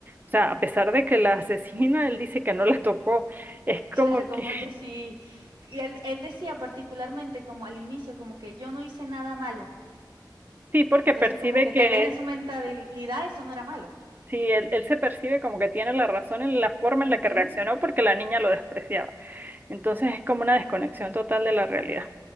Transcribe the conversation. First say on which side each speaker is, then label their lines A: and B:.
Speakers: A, on the right; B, on the right.
A: O sea, a pesar de que la asesina, él dice que no la tocó. Es
B: Claro,
A: como
B: como
A: que <laughs>
B: que sí. Y él, él decía particularmente como al inicio, como que yo no hice nada malo.
A: sí, porque
B: Entonces
A: percibe
B: como que
A: que
B: tal vez en su mentalidad eso no era malo.
A: Sí, él, él se percibe como que tiene la razón en la forma en
B: Ujú.
A: la que reaccionó porque la niña lo despreciaba. Entonces es como una desconexión total de la realidad.